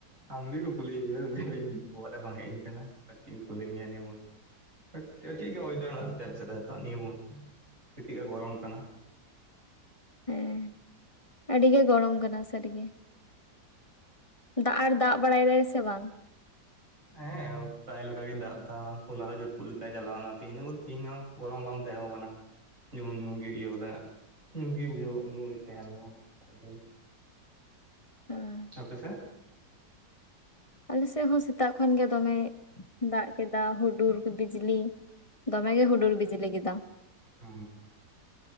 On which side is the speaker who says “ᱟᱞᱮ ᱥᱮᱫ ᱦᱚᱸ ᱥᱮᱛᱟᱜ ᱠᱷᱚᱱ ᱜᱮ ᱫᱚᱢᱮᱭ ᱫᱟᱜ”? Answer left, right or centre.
Left